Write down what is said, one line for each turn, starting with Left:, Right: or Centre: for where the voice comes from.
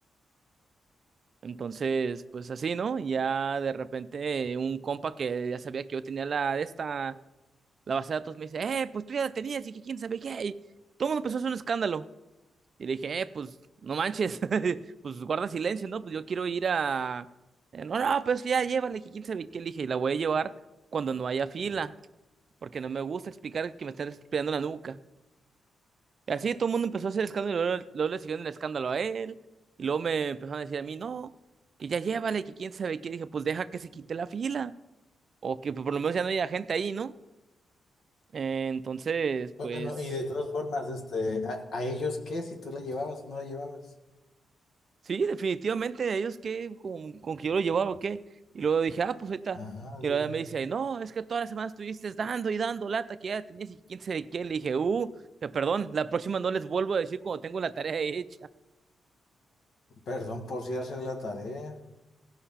Right: Entonces, pues así, ¿no? Y Ya de repente un compa que ya sabía que yo tenía la de esta, la base de datos me dice, eh, pues tú ya la tenías y que quién sabe qué. Y todo el mundo empezó a hacer un escándalo. Y le dije, eh, pues no manches, <laughs> pues guarda silencio, ¿no? Pues yo quiero ir a... eh, No, no, pues ya llévale, que quién sabe qué. Le dije, y la voy a llevar cuando no haya fila, porque no me gusta explicar que me están espiando la nuca. Y así todo el mundo empezó a hacer escándalo y luego, luego le siguieron el escándalo a él. Y luego me empezaron a decir a mí, no, que ya llévale, que quién sabe qué. Dije, pues deja que se quite la fila. O que pues, por lo menos ya no haya gente ahí, ¿no? Eh, entonces,
Left: Bueno,
Right: pues
Left: y de todas formas, este, ¿a, a ellos qué? Si tú la llevabas o no la llevabas.
Right: sí, definitivamente ellos que con, con que yo lo llevaba o qué. Y luego dije, ah, pues ahorita.
Left: Ajá,
Right: Y
Left: o sea,
Right: luego me dice, no, es que todas las semanas estuviste dando y dando lata que ya tenías y quién sabe qué. Le dije, uh, que perdón, la próxima no les vuelvo a decir cuando tengo la tarea hecha.
Left: perdón por si hacer la tarea.